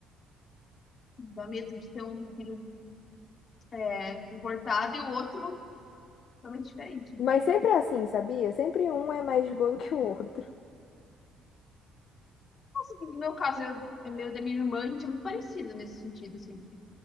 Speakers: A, on the left (about 40°); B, on the left (about 60°).
A: Dá medo de ter um filho é, comportado e o outro totalmente diferente. né?
B: Mas sempre é assim, sabia? Sempre um é mais de boa do que o outro.
A: Nossa, no meu caso, eu, é meu e da minha irmã, a gente é muito parecido nesse sentido, assim.